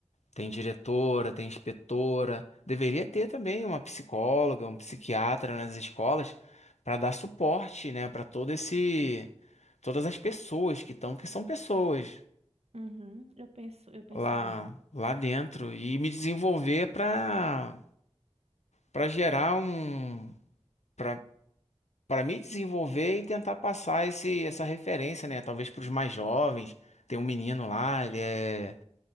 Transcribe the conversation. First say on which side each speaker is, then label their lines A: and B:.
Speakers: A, on the left; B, on the right.
A: Tem diretora, tem inspetora. Deveria ter também uma psicóloga, um psiquiatra nas escolas para dar suporte, né, para todo esse todas as pessoas que estão, que são pessoas
B: uhum, eu penso, eu penso
A: lá
B: igual.
A: lá dentro e me desenvolver para para gerar um para para me desenvolver e tentar passar esse essa referência, né, talvez para os mais jovens. Tem um menino lá, ele é